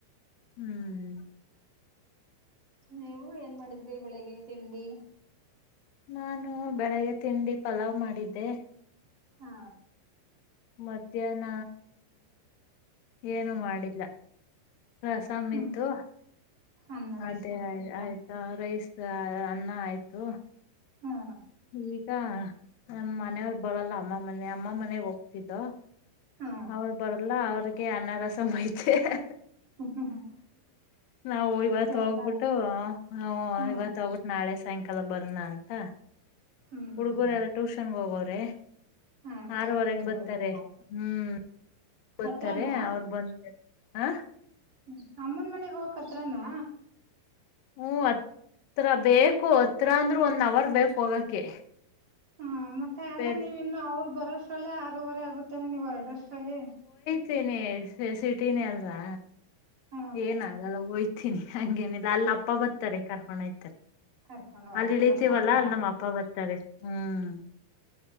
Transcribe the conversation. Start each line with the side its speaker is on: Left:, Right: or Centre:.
Left: ಹ್ಮ್
Right: ನೀವು ಏನ್ ಮಾಡಿದ್ರಿ ಬೆಳಿಗ್ಗೆ ತಿಂಡಿ.
Left: ನಾನು ಬೆಳಿಗ್ಗೆ ತಿಂಡಿ ಪಲಾವ್ ಮಾಡಿದ್ದೆ.
Right: ಹಾ
Left: ಮಧ್ಯಾಹ್ನ ಏನು ಮಾಡಿಲ್ಲ. ರಸಂ
Right: ಹ್ಮ್
Left: ಇತ್ತು.
Right: ಅನ್ನ ರೈಸ್
Left: ಅದೇ
Right: ಮಾಡ್ಕೊಂಡಿದ್ರ
Left: ಆಯ್ತಾ ರೈಸ್ ಅನ್ನ ಆಯ್ತು.
Right: ಹಾ
Left: ಈಗ ನಮ್ಮ ಮನೆಯವರು ಬರಲ್ಲ ಅಮ್ಮ ಮನೆ ಅಮ್ಮ ಮನೆಗ್ ಹೋಗ್ತಿದ್ದೋ.
Right: ಹಾ
Left: ಅವ್ರ್ ಬರಲ್ಲ ಅವ್ರಿಗೆ ಅನ್ನ ರಸಮೈತೆ ಹಾ.
Right: ಹ್ಮ್ ಹ್ಮ್
Left: ನಾವು ಇವತ್
Right: ಎಲ್ಲಾರು
Left: ಹೋಗ್ಬಿಟ್ಟು ಹು
Right: ಹ್ಮ್
Left: ಇವತ್ ಹೋಗ್ಬಿಟ್ಟು ನಾಳೆ ಸಾಯಂಕ್ ಕಾಲ ಬರ್ನ ಅಂತ
Right: ಹ್ಮ್
Left: ಹುಡ್ಗರೆ ಎಲ್ಲ ಟ್ಯೂಷನ್ ಹೋಗವ್ರೆ.
Right: ಹಾ
Left: ಆರು ವರೆಗ್
Right: ಇಂದ
Left: ಬತ್ತರೆ
Right: ಬರ್ಬೇಕು
Left: ಹ್ಮ್. ಬತ್ತರೆ
Right: ಹತ್ರಾನಾ
Left: ಅವ್ರ್ ಬಂದ್ ಮೇಲ್ ಹ.
Right: ಹ್ಮ್ ಅಮ್ಮನ್ ಮನೆಗ್ ಹೋಗೋಕ್ ಹತ್ರಾನಾ.
Left: ಹು ಹ ತ್ರ ಬೇಕು ಹತ್ರ ಅಂದ್ರರು ಒಂದ್ ನವರ್ ಬೇಕು ಹೋಗಕೆ.
Right: ಹ್ಮ ಮತ್ತೆ ಅಲ್ಲೇ
Left: ಬೇರ್
Right: ನೀವ್ ಇನ್ನು ಅವ್ರ್ ಬರೋಷ್ಟಲ್ಲೇ ಆರೂವರೆ ಆಗುತ್ತೇನೆ ನೀವು ಹೊರ್ಡೋಷ್ಟ್ರಲ್ ಕಲಿ
Left: ತಿನಿ ಸಿಟಿನೇ ಅಲ್ವಾ
Right: ಹ್ಮ್
Left: ಏನ್ ಆಗಲ್ಲ ಹೊಯ್ತಿನಿ. ಹಂಗೇನಿಲ್ಲ ಅಲ್ ಅಪ್ಪ ಬತ್ತರೆ ಕರ್ಕೊಂಡೊಯ್ತರೆ.
Right: ಕರ್ಕೊಂಡ್ ಹೋಗಕೆ
Left: ಅಲ್ ಇಳಿತೀವಲ್ಲಾ
Right: ಬಸ್ ಸ್ಟಾಪ್ಕ
Left: ಅಲ್ ನಮ್ಮ ಅಪ್ಪ ಬತ್ತರೆ ಹ್ಮ್.